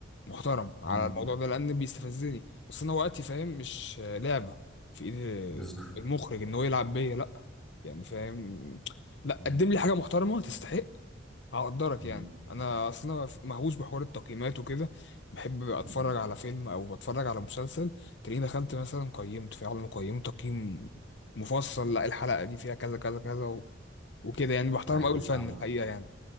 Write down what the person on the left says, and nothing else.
محترم على
الموضوع ده لان بيستفزني بس انا وقتي فاهم مش آه، لعبه في ايدي
المخرج ان هو يلعب بيا لا يعني فاهم لا
قدم لي حاجه محترمه تستحق هقدرك
يعني انا اصلا مهووس بحوار التقييمات وكده بحب اتفرج
على فيلم او بتفرج على مسلسل تلاقيني دخلت مثلا قيمت في عالم قيمت تقييم مفصل لا الحلقه دي فيها كذا كذا كذا و... وكده يعني بحترم
قوي الفن
الحقيقه يعني